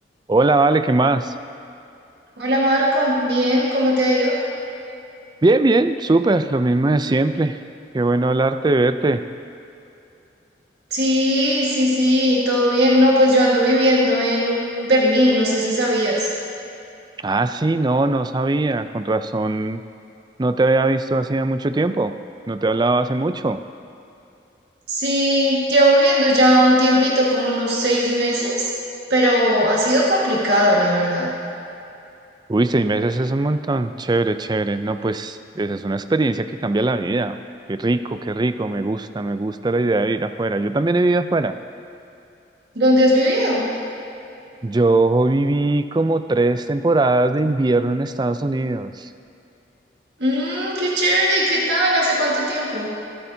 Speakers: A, on the right (about 25°); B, on the right (about 65°).
A: Hola, Vale, ¿qué más?
B: Hola Marco, bien, ¿cómo te ha ido?
A: Bien, bien, súper, lo mismo de siempre. Qué bueno hablarte, verte.
B: Sí, sí, sí, todo bien. No, pues yo ando viviendo en Berlín, no sé si sabías.
A: Ah, sí, no, no sabía, con razón, no te había visto hacía mucho tiempo, no te hablaba hace mucho.
B: Sí, llevo viviendo ya un tiempito, como unos seis meses, pero ha sido complicado, la verdad.
A: Uy, seis meses es un montón, chévere, chévere. No, pues, esa es una experiencia que cambia la vida. Qué rico, qué rico, me gusta, me gusta la idea de ir afuera. Yo también he vivido afuera.
B: ¿Dónde has vivido?
A: Yo viví como tres temporadas de invierno en Estados Unidos.
B: Mmm, qué chévere, ¿y qué tal? ¿Hace cuánto tiempo?